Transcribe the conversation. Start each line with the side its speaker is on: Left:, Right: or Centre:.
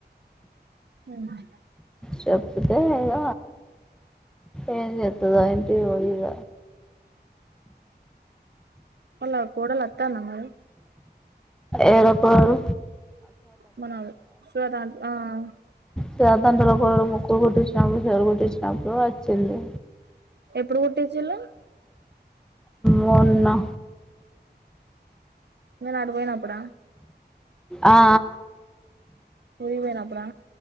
Right: ఉహూమ్
Centre: చెప్తుతే ఇగ ఎం చే వత్తదా ఏంటి ఓ ఇగ
Right: వాళ్ల కోడలు వత్తాందా మరి
Centre: ఎడ పోరు
Right: మనాల్ శ్వేత ఆంట్ ఆ ఆ
Centre: చేతండ్రులో కూడా ముక్కులు కుట్టించినప్పుడు చీర కుట్టించినప్పుడు అచ్చింది
Right: ఎప్పుడు కుట్టటించిల్లు
Centre: మొన్న
Right: నేను ఆడిపోనప్పుడా
Centre: ఆ ఆ
Right: స్కూల్ కి పోయినప్పుడా